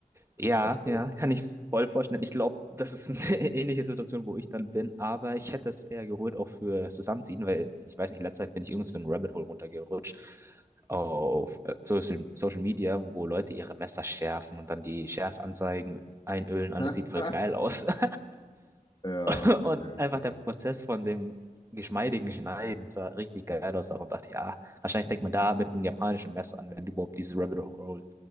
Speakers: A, on the right; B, on the left.
A: Ja,
B: Also.
A: ja, kann ich voll vorstellen. Ich glaube, das ist eine <laughs> ähnliche Situation, wo ich dann bin, aber ich hätte es eher geholt, auch für Zusammenziehen, weil ich weiß nicht, in letzter Zeit bin ich irgendwie so ein Rabbit Hole runtergerutscht auf äh, Social, Social Media, wo Leute ihre Messer schärfen und dann die Schärfanzeigen einölen. Alles
B: <laughs>
A: sieht voll geil aus. <laughs>
B: Ja,
A: <laughs>
B: okay,
A: Und einfach
B: okay.
A: der Prozess von dem geschmeidigen Schneiden sah richtig geil aus. Darum dachte ich, ja, wahrscheinlich fängt man da mit einem japanischen Messer an, wenn du überhaupt dieses Rabbit Hole,